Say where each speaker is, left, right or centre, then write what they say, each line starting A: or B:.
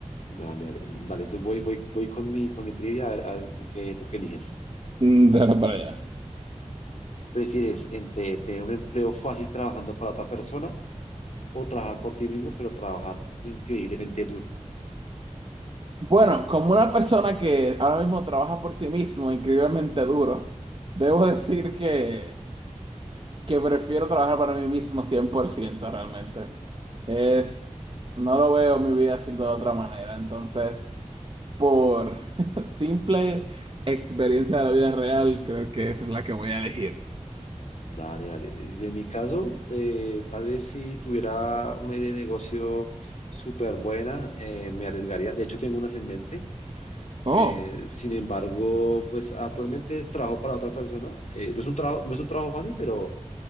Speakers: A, on the left; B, on the right.
A: Dale, dale, dale, tú voy, voy, voy con mi, con mi trivia, a ver, a ver tú qué, tú qué eliges.
B: Mm, Dale para allá.
A: ¿Prefieres entre tener un empleo fácil trabajando para otra persona o trabajar por ti mismo, pero trabajar increíblemente duro?
B: Bueno, como una persona que ahora mismo trabaja por sí mismo increíblemente duro, debo decir que que prefiero trabajar para mí mismo 100% realmente. Es, no lo veo mi vida siendo de otra manera. Entonces, por <laughs> simple experiencia de la vida real, creo que esa es la que voy a elegir.
A: Dale, dale. En mi caso, eh, tal vez si tuviera una idea de negocio súper buena, eh, me arriesgaría. De hecho, tengo unas en mente.
B: Oh,
A: Eh, sin embargo, pues actualmente trabajo para otra persona. Eh, no es un trabajo, no es un trabajo fácil, pero,